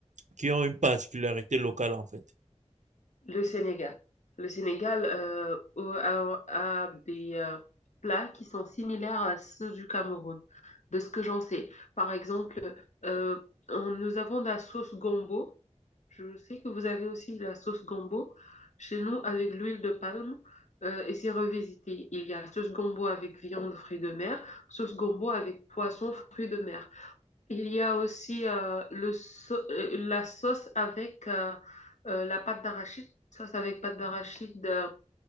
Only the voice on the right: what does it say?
qui ont une particularité locale, en fait.